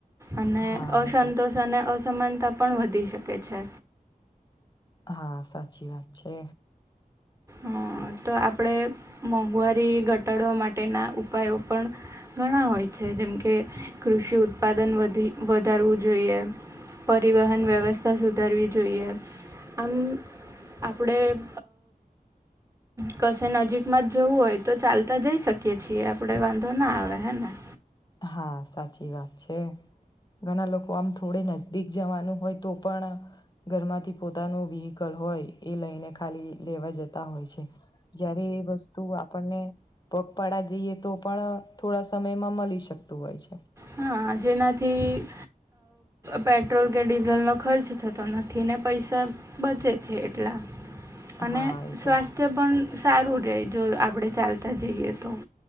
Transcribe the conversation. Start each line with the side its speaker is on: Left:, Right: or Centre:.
Right: અને
Left: હા
Right: અસંતોષ
Left: એ તો છે.
Right: અને અસમાનતા પણ વધી શકે છે
Left: હા સાચી વાત છે
Right: હ તો આપણે મોંઘવારી ઘટાડવા માટેના ઉપાયો પણ- ઘણા હોય છે જેમકે કૃષિ ઉત્પાદન વધી વધારવું જોઈએ- પરિવહન વ્યવસ્થા સુધારવી જોઈએ આમ- આપણે- કશે નજીકમાં જ જવું હોય તો ચાલતા જઈ શકીએ છીએ આપડે વાંધો ના આવે હેને-
Left: હા સાચી વાત છે ઘણા લોકો આમ- થોડે નજદીક જવાનું હોય તો પણ- ઘરમાંથી પોતાનું વ્હકલ હોય એ લઈને ખાલી લેવા જતા હોય છે. જયારે એ વસ્તુ આપણને પગપાળા જઈએ તો પણ થોડા સમયમાં મળી શકે- સત્તું હોય છે-
Right: હા જેનાથી- પેટ્રોલ કે ડીઝલનો ખર્ચ થતો નથી. ને પૈસા- બચે છે એટલા- અને
Left: હા એ
Right: સ્વાસ્થ્ય
Left: તો
Right: પણ સારું રહે જો આપણે ચાલતા જઈએ તો-